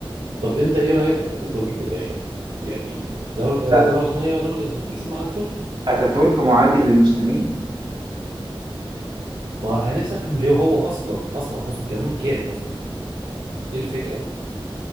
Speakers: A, on the right; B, on the right.
A: طب انت ايه رايك في اتاتورك في الاخر؟ يعني الدوله
B: لا
A: الدوله العثمانيه يعتبر خلصت مع اتاتورك
B: أتاتورك معادي للمسلمين
A: ما انا نفسي افهم ليه هو اصلا اصلا مسلم كان كان مسلم ايه الفكره؟